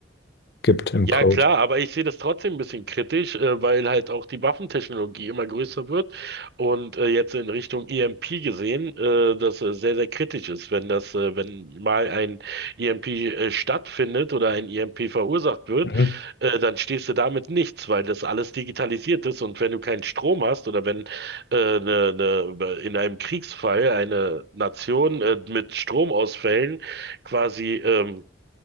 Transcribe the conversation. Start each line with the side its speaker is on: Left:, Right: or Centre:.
Left: gibt im
Right: Ja,
Left: Code.
Right: klar, aber ich sehe das trotzdem ein bisschen kritisch, äh, weil halt auch die Waffentechnologie immer größer wird und äh, jetzt in Richtung EMP gesehen, äh, das äh, sehr, sehr kritisch ist, wenn das, äh, wenn mal ein EMP äh, stattfindet oder ein EMP verursacht wird,
Left: Mhm.
Right: äh, dann stehst du damit nichts, weil das alles digitalisiert ist und wenn du keinen Strom hast oder wenn äh, ne, ne, in einem Kriegsfall eine Nation äh, mit Stromausfällen quasi ähm,